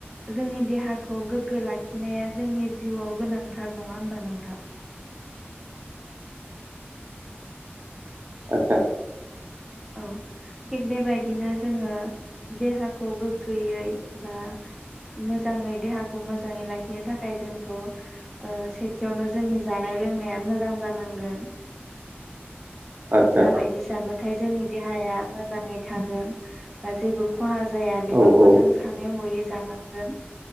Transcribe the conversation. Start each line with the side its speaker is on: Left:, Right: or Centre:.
Centre: जोंनि देहाखौ गोग्गो लाखिनाया जोंनि जिउआव गोनांथार नङा होनबा नोंथां
Right: आतसा
Centre: औ थिग बेबायदिनो जोङो देहाखौ गोग्गोयै बा मोजाङै देहाखौ मोजाङै लाखिनो थाखाय जोंथ' ओ सेथियावनो जोंनि जानाय लोंनाया मोजां जानांगोन।
Right: आदसा
Centre: जाबायदि जाबाथाय जोंनि दे देहाया मोजाङै थागोन बा जेबो खहा जाया बेफोरखौ
Right: औ औ
Centre: जों सानै हयै जाना गोन